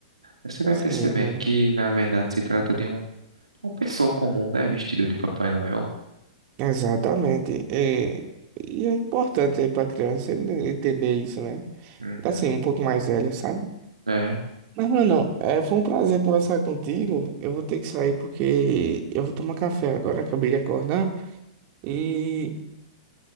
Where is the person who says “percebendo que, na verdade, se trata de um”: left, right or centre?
Right